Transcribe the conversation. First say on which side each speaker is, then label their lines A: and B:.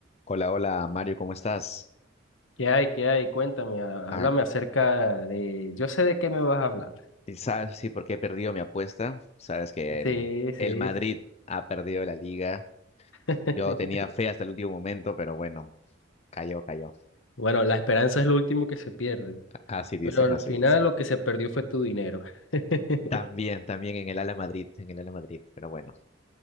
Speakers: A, on the left; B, on the left.
A: Hola, hola Mario, ¿cómo estás?
B: ¿Qué hay? ¿Qué hay? Cuéntame, há-
A: Ah,
B: háblame acerca de... Yo sé de qué me vas a hablar.
A: ¿y ¿sabes sí, por qué he perdido mi apuesta? Sabes que el,
B: Sí,
A: el
B: sí.
A: Madrid ha perdido la liga.
B: <laughs>
A: Yo tenía fe hasta el último momento, pero bueno, cayó, cayó.
B: Bueno, la esperanza es lo último que se pierde,
A: Así dicen,
B: pero al
A: así
B: final
A: dicen.
B: lo que se perdió fue tu dinero. <laughs>
A: También, también en el Ala Madrid, en el Ala Madrid, pero bueno.